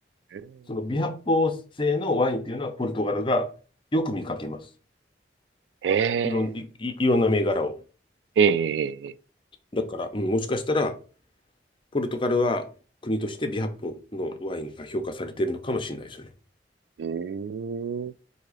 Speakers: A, on the right; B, on the left.
A: うん
B: その微発泡性のワインっていうのはポルトガルがよく見かけます。
A: ええ、
B: いろん、い、いいろんな銘柄を。
A: ええ、
B: だから、うん、もしかしたらポルトガルは国としてビハッポのワインが評価されているのかもしれないですよね。
A: ええ、うーん、